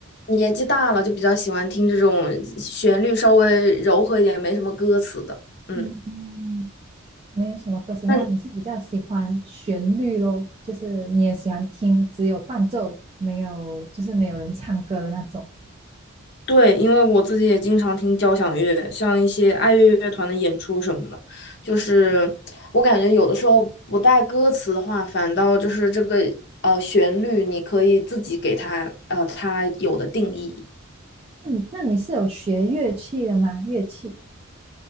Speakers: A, on the left; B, on the right.
A: 年纪大了就比较喜欢听这种旋律稍微柔和一点、没什么歌词的。嗯，
B: 嗯嗯，没有什么歌词，
A: 那。
B: 那你是比较喜欢旋律咯，就是你也喜欢听只有伴奏，没有就是没有人唱歌的那种。
A: 对，因为我自己也经常听交响乐，像一些爱乐乐团的演出什么的，就是我感觉有的时候不带歌词的话，反倒就是这个呃旋律，你可以自己给它呃它有的定义。
B: 那你那你是有学乐器的吗？乐器？